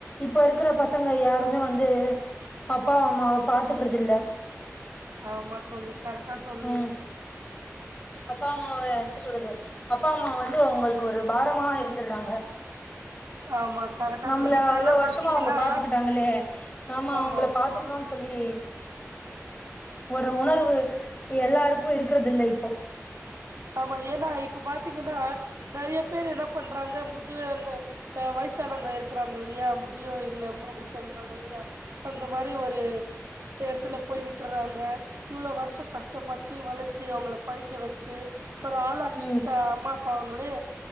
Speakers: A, on the left; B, on the right.
A: இப்ப இருக்கிற பசங்க யாருமே வந் து அப்பா அம்மாவ பாத்துக்கிறதுல்ல
B: ஆமா தோழி கரெக்டா சொல்றீங்க
A: ம் அப்பா அம்மாவ என்ன சொல்றது அப்பா அம்மா வந்து ஒங்களுக்கு ஒரு பாரமா இருந்துர்றாங்க
B: ஆமா கரெக்டா
A: நம்மள
B: சொன்னீங்க இப்ப
A: அவ்வளோ
B: எல்லா
A: வருஷமா
B: பாத்தீங்கன்னா
A: அவுங்க பாத்துக்கிட்டாங்களே நாம
B: ஆமா
A: அவுங்கள பாத் த்துக்கனுன் சொல்லி ஒரு உணர்வு எல்லாருக் க்கு இருக்கறதில்ல இப்போ
B: ஆமா ஏன்னா இப்ப பாத்தீங்கனா நெறைய பேரு என்ன பண்றாங்க முதியோர் இல்ல அ வயசானங்க இருக்குறாங்க இல்லயா முதியோ இல்லம் அப்டி சொல்றாங்க இல்லயா அந்த மாரி ஒரு இந்த எடத்துல போயி விட்றாங்க இவ்ளோ வருஷோ கஷ்டப்பட்டு வளத்து அவுங்கள படிக்க வச்சு ஒரு ஆளாக்கி
A: ம்
B: விட்ட அம்மா அப்ப அவுங்களே